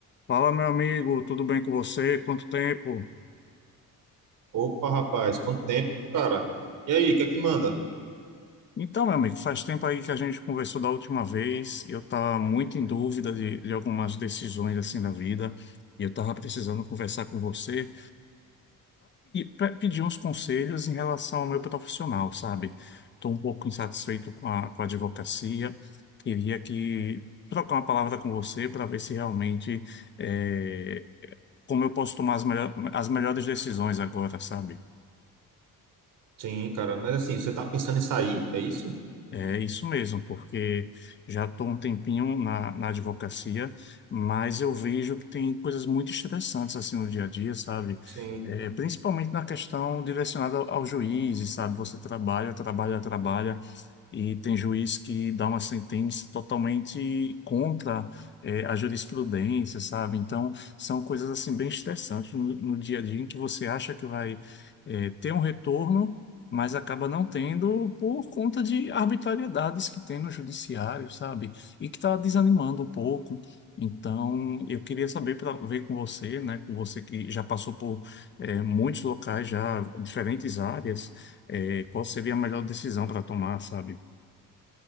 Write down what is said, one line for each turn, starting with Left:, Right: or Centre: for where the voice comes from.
Left: Fala, meu amigo, tudo bem com você? Quanto tempo?
Right: Opa, rapaz, quanto tempo, cara? E aí, o que é que manda?
Left: Então, meu amigo, faz tempo aí que a gente conversou da última vez. Eu estava muito em dúvida de, de algumas decisões assim da vida e eu estava precisando conversar com você para pedir uns conselhos em relação ao meu profissional, sabe? Estou um pouco insatisfeito com a, com a advocacia. Queria que trocar uma palavra com você para ver se realmente eh, como eu posso tomar as melho- as melhores decisões agora, sabe?
Right: Sim, cara, mas assim, você tá pensando em sair, é isso?
Left: É isso mesmo, porque já estou um tempinho na, na advocacia, mas eu vejo que tem coisas muito estressantes assim no dia a dia, sabe?
Right: Sim.
Left: É, principalmente na questão direcionada ao, ao juiz, sabe? Você trabalha, trabalha, trabalha, e tem juiz que dá uma sentença totalmente contra, é, a jurisprudência, sabe? Então, são coisas assim bem estressantes no, no dia a dia em que você acha que vai, é, ter um retorno mas acaba não tendo por conta de arbitrariedades que tem no judiciário, sabe? E que está desanimando um pouco. Então, eu queria saber para ver com você, né? Com você que já passou por eh, muitos locais, já diferentes áreas, eh, qual seria a melhor decisão para tomar, sabe?